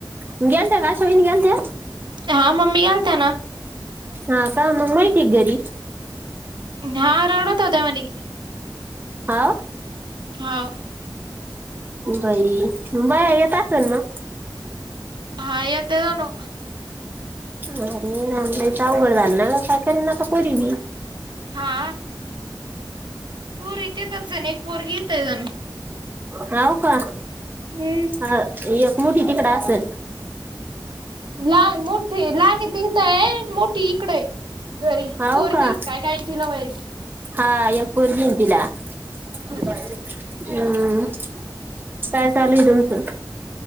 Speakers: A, on the right (about 25°); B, on the right (about 70°).
A: गेलत्या का आशा वाहिनी गेलत्या
B: हा मम्मी गेलत्या ना
A: हा का मग माहिती आहे घरी.
B: हा रडत होत्या म्हणी
A: हा.
B: हो.
A: बाई बा येत असेल ना.
B: हा येते णू.
A: अरे राम लायच अउघड झालं ना काय कररी ना आता पोरी नी
B: हा. हूर इतयेतातच सन एकपवर् ग इेतयान. <unintelligible>
A: होव का
B: हम्म
A: ह एक मोठी तिकड असेल.
B: ला मोठी लाणी तिघथय मोठी. तकडे घरी
A: हाव
B: पोरकी
A: का
B: काय काय तलावाई.
A: हा यापर घेन तला.
B: <inaudible>
A: हम्म, काय चालू आहे तुमचं?